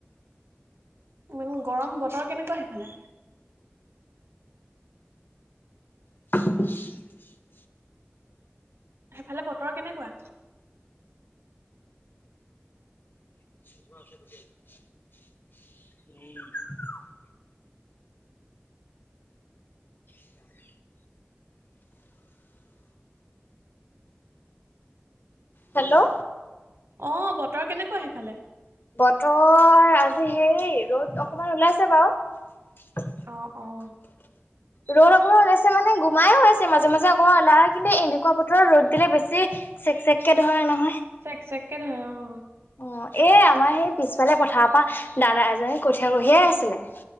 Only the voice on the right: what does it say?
মানে গৰম বতৰ কেনেকুৱা সেইফালে?
সেইফালে বতৰ কেনেকুৱা?
অ, বতৰ কেনেকুৱা সিফালে?
অ, অ,
চেক-চেককে ধৰে অ',